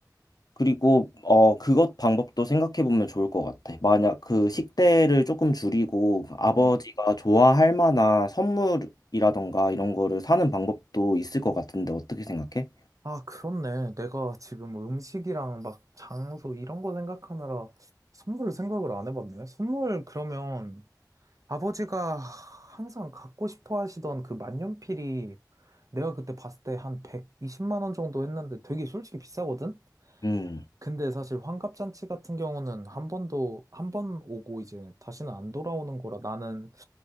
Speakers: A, on the left (about 60°); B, on the right (about 50°).
A: 그리고 어 그것 방법도 생각해 보면 좋을 것 같아. 만약 그 식대를 조금 줄이고 아버지가
B: 음.
A: 좋아할 만한 선물이라던가 이런 거를 사는 방법도 있을 것 같은데 어떻게 생각해?
B: 아, 그렇네. 내가 지금 음식이랑 막 장소 이런 거 생각하느라 선물을 생각을 안 해봤네. 선물 그러면 아버지가 항상 갖고 싶어 하시던 그 만년필이 내가 그때 봤을 때 한 120만 원 정도 했는데 되게 솔직히 비싸거든?
A: 음.
B: 근데 사실 환갑잔치 같은 경우는 한 번도, 한 번 오고 이제 다시는 안 돌아오는 거라 나는,